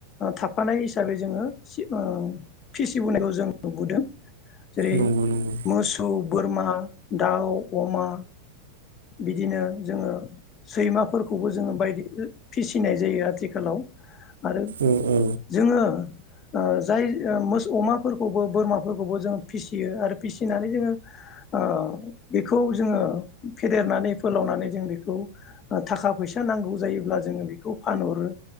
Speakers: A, on the left; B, on the right.
A: थाफानाय हिसाबै जोङो सिब अ फिसिबोनायखौ जों नुबोदों। जेरै
B: नंगौ नंगौ
A: मस्क औ बो बोरमा दाउ अमा बिदिनो जोंङो सैमाफोरखौबो जोंङो बायदि ओ फिसिनाय जायो आथिखालाव। आरो
B: औ औ
A: जोंङो ओ जाय ओ मोस अमाफोरखौबो बोरमाफोरखौबो जों फिसियो आरो फिसिनानै जोंङो ओ बेखौ जोंङो फेदेरनानै फोलावनानै जों बेखौ ओ थाखा फैसा नांगौ जायोब्ला जोंङो बेखौ फानहरो